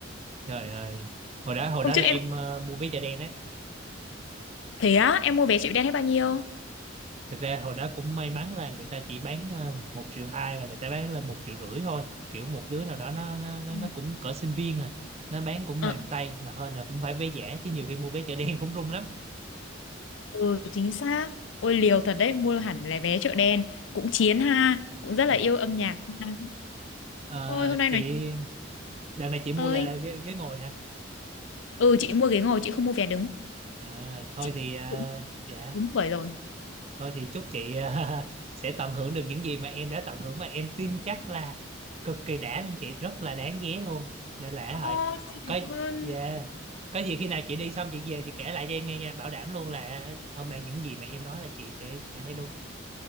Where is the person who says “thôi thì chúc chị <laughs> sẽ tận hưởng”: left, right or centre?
Right